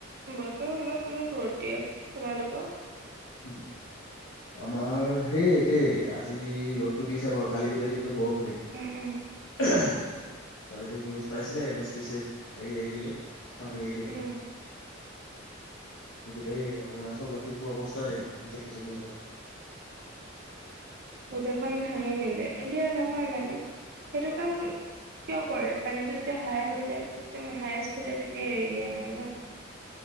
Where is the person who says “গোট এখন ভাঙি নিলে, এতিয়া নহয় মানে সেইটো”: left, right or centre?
Right